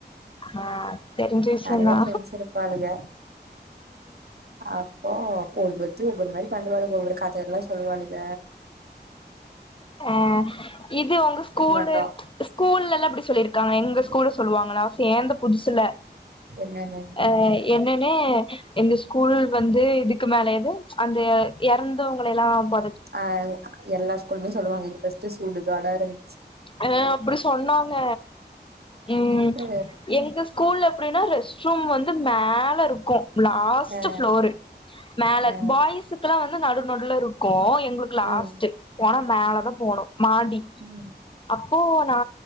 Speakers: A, on the left; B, on the right.
A: ஆ தெரிஞ்ச விஷயம்தா
B: நெறைய ஃப்ரெண்ட்ஸ் இருப்பாளுக அப்போ கோட் வேர்ட் ஒவ்வொரு மாதி பண்ணுவாளுக ஒவ்வொரு கதலா சொல்லுவாலுக
A: ஆ இது உங்க ஸ்கூல்ல
B: மாட்டோ
A: ஸ்கூல்லல்லா அப்படி சொல்லிருக்காங்க எங்க கூட சொல்வாங்ளா சேந்த புதுசுல
B: என்னன்னு
A: அ என்னனு எங்க ஸ்கூல் வந்து இதுக்கு மேலே எது அந்த எ எறந்தவங்களெல்லா போ
B: அ எல்லாஸ் ஸ்கூல்லையு சொல்லுவாங்க இது ஃபர்ஸ்ட் ஸ்கூல் சுடு காடா இருந்
A: அ அப்டி சொன்னாங்க உம்
B: அ
A: எங்க ஸ்கூல்ல எப்படினா ரெஸ் ரூம் வந்து மேலருக்கு லாஸ்ட்டு
B: அ
A: ஃப்ளோர் மேல
B: அ
A: பாய்ஸ்க்லா வந் நடு நடுலருக்கு எ ங்களுக்கு லாஸ்ட்டு
B: ம்
A: போன் நா மேல தா போணு மாடி
B: ம்
A: போ நா